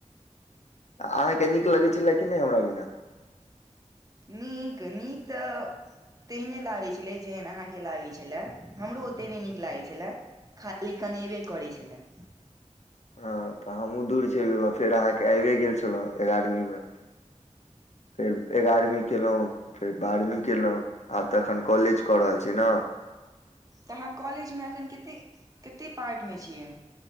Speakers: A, on the left (about 65°); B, on the right (about 30°).
A: अहाँके नीक लगै छलए कि नै हमरा बिना
B: नीक नीक तऽ तेहने लागै छलै जेहन अहाँकेँ लागै छलै हमरो ओते नय नीक लागै छलै खाली कनेबे करै छलै
A: हँ तऽ हमहूँ दूर चैल गेलहुँ फेर अहाँकेँ आइबे गेल छलहुँ एगारहमी मे फेर एगारहमी केलहुँ फेर बारहवी केलहुँ आब तऽ एखन कॉलेज कऽ रहल छी नऽ
B: तऽ अहाँ कॉलेजमे अखैन केते - कते पार्टमे छियै